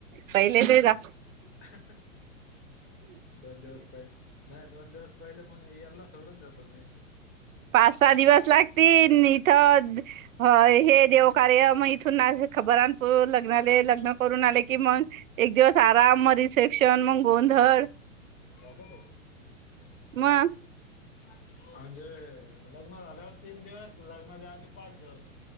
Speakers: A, on the right; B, on the left.
A: पहिलेच आहे जा
B: <inaudible> दोन दिवस पाहि नाही दोन दिवस पहिले मग याला सोडून देतो. मी
A: पा सहा दिवस लागती इथं हे देव कार्य मग इथून खबरानपूर लग्नाले लग्न करून आले. की मग एक दिवस आराम मग रिसेप्शन मग गोंधळ
B: बाघू बाबू
A: म
B: म्हणजे लग्न झाल्यावर तीन दिवस. लग्नाच्या आदी पाच दिवस